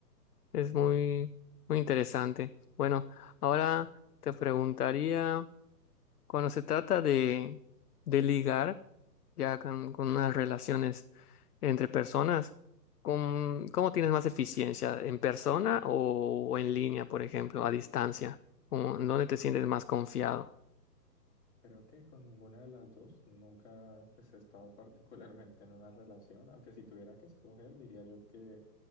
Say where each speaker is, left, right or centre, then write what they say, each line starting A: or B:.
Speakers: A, on the left; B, on the left.
A: Es
B: Ujú.
A: muy, muy interesante. Bueno, ahora te preguntaría, cuando se trata de, de ligar ya con, con unas relaciones entre personas, ¿cómo, cómo tienes más eficiencia? ¿En persona o, en línea, por ejemplo, a distancia? ¿Cómo- ¿Dónde te sientes más confiado?
B: Creo que con ninguna de las dos nunca pues, he estado particularmente en una relación, aunque si tuviera que escoger diría yo que